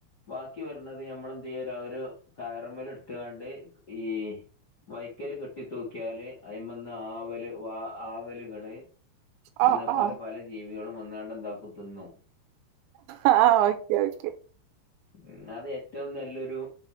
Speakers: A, on the left; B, on the right.
A: ക്കി വരണത് നമ്മളെന്തെയ്യര ഒരു കാറുമ്മലെടുത്തുങ്ങാണ്ട് ഈ വൈക്കല് കെട്ടി തൂക്കിയാല് അയിമന്ന് ആവല് ആ ആവലുകള്
B: ഓ
A: എന്നേ പോലെ
B: ഓ
A: പല ജീവികളും വന്നാണ്ട് എന്താ കുത്തുന്നു
B: ആഹ് ഓക്കെ ഓക്കെ
A: ഉം അത് ഏറ്റവും നല്ലൊരു